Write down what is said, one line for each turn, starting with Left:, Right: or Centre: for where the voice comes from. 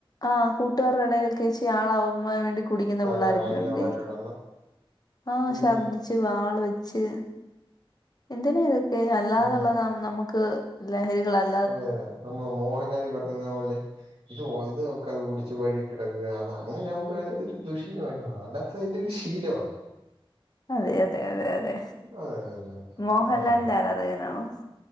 Left: ആഹ്, കൂട്ടാരുടെ എടേലൊക്കെ ച്ചി ആളാവാൻ വേണ്ടി കുടിക്കുന്ന
Right: തല
Left: പിള്ളാരൊക്കെ
Right: കറങ്ങി
Left: ഉണ്ടിനി
Right: അവിടെ കിടന്ന്
Left: ആഹ്
Right: പിന്നെ
Left: ശർദ്ദി ച്ച് വാള് വെച്ച് എന്തിന ഇതൊക്കെ അല്ലാതുള്ള
Right: അതെ അതെ
Left: നം നമുക്ക് ലഹരികളൽ
Right: അതെ അതെ, നമ്മളെ മോഹൻലാല് പറഞ്ഞത്പോലെ ഇത് ഇത് ക കുടിച്ച വഴി കിടക്കുക അത് അങ്ങനെ ആകുമ്പോഴാണ് ഇതൊരു ദുഷീലമായിട്ട് വരുന്നത്. പ്പ അയിന്റെ ഒരു ശീലവാ.
Left: അതെ അതെ അതെ അതെ
Right: അതെ അതെ അതെ
Left: മോഹൻലാലിന്റെ
Right: അതാണ്
Left: ആരാധകനാണോ?